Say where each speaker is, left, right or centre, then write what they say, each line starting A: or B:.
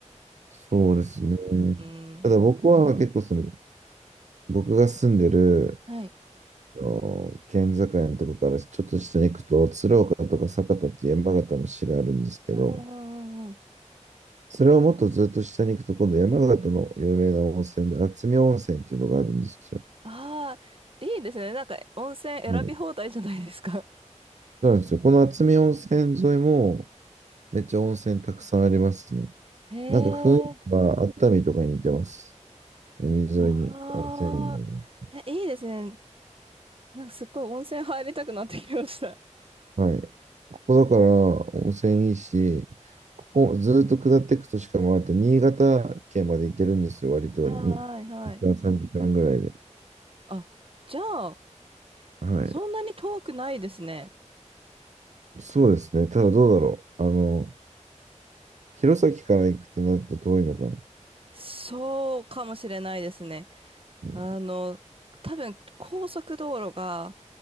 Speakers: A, on the right; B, on the right.
A: そうですね。
B: うん。うん
A: ただ僕は結構その、僕が住んでる、
B: はい。
A: あの県境のとこからちょっと下に行くと、鶴岡とか酒田っていう山形の市があるんですけど、
B: うんうんうんうん。
A: それをもっとずっと下に行くと、今度山形の有名な温泉で、厚見温泉っていうのがあるんですよ。
B: ああ、いいですね。なんか温泉選び放題じゃないですか。
A: はい。そうなんですよ。この厚見温泉沿いも、めっちゃ温泉たくさんありますね。
B: <laughs> へ
A: なんか雰囲気は熱海とかに似てます。
B: え、
A: 海沿いに温泉にな
B: ああ、え、いいですね。なんかすっごい温泉入りたくなってきました。
A: るはい。ここだから温泉いいし、ここずっと下っていくとしかもあと新潟県まで行けるんですよ、割と2時間、
B: はいはい。
A: 3時間ぐらいで。
B: あ、じゃあ、
A: はい。
B: そんなに遠くないですね。
A: そうですね。ただどうだろう。あの、弘前から行くってなると遠いのかな。
B: そうかもしれないですね。
A: うん
B: あの、多分高速道路が、